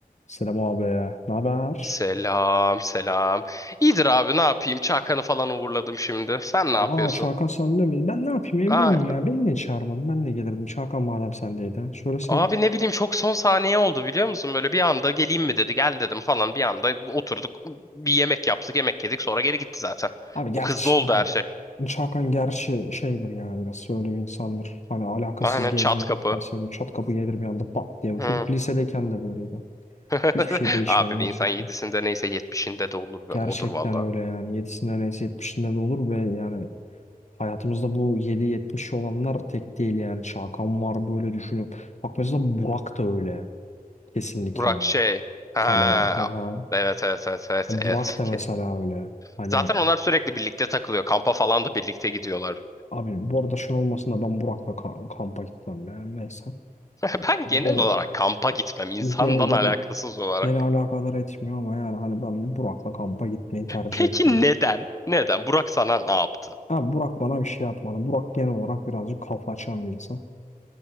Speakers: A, on the left (about 50°); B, on the left (about 20°).
A: Selam abi. Ne haber?
B: Selam, selam. İyidir abi ne yapayım? Çakan'ı falan uğurladım şimdi. Sen ne yapıyorsun?
A: Aa Çağkan sende mi? Ben ne yapayım
B: Aynen.
A: evdeyim ya. Beni niye çağırmadın? Ben de gelirdim. Çağkan madem sendeydi. Söyleseydin.
B: Abi ne bileyim çok son saniye oldu biliyor musun? Böyle bir anda geleyim mi dedi. Gel dedim falan. Bir anda oturduk. Bir yemek yaptık, yemek yedik. Sonra geri gitti zaten.
A: Abi gerçi
B: Çok hızlı oldu
A: Çağkan.
B: her şey.
A: Çağkan gerçi şeydir ya biraz öyle bir insandır. Hani alakasız
B: Aynen
A: gezmeye
B: çat
A: gitmesi.
B: kapı.
A: Çat kapı gelir bir anda pat diye. Bu çocuk
B: Hı.
A: lisedeyken de böyleydi.
B: <laughs>
A: Hiçbir şey değişmiyor
B: Abi
A: gerçekten.
B: bir insan yedisinde neyse yetmişinde de olur ve
A: Gerçekten
B: odur valla.
A: öyle yani. Yedisinden neyse yetmişinde de olur ve yani hayatımızda bu 7-70 olanlar tek değil yani. Çağkan var böyle düşünüyorum. Bak mesela Burak da öyle. Kesinlikle.
B: Burak şey. Ha.
A: Kale. ha ha
B: Evet evet evet evet
A: Burak
B: evet.
A: da
B: Kesin.
A: mesela öyle. Hani
B: Zaten onlar sürekli birlikte takılıyor. Kampa falan da birlikte gidiyorlar.
A: abi bu arada şey olmasın da ben Burak'la ka- kampa gitmem yani neyse.
B: <laughs> Ben
A: Ve,
B: genel olarak kampa gitmem insandan
A: ve beni,
B: alakasız olarak.
A: beni alakadar etmiyor ama yani hani ben Burak'la kampa gitmeyi tercih
B: Peki
A: etmem.
B: neden? Neden? Burak sana ne yaptı?
A: Abi Burak bana bir şey yapmadı. Burak genel olarak birazcık kafa açan bir insan.